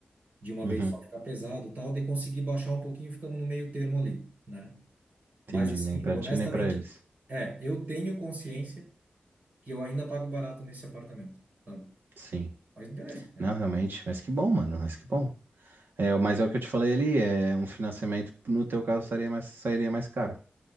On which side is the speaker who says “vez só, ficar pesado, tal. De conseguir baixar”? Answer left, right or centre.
Right